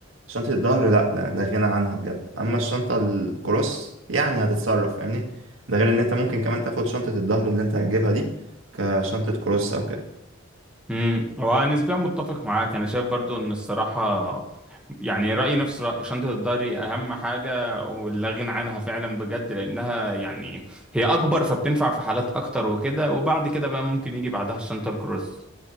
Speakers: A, on the right; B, in the centre.
A: شنطة الظهر لا لا لا غنى عنها بجد اما الشنطة الكروس يعني هتتصرف فاهمني ده غير ان انت ممكن كمان تاخد شنطة الظهر اللي انت هتجيبها دي كشنطة كروس او كده
B: امم هو نسبيا متفق معاك انا شايف برضو ان الصراحه يعني رايي نفس راي شنطه الضهري اهم حاجه ولا غنى عنها فعلا بجد لانها يعني هي اكبر فبتنفع في حالات اكتر وكده وبعد كده بقى ممكن يجي بعدها الشنطه الكروس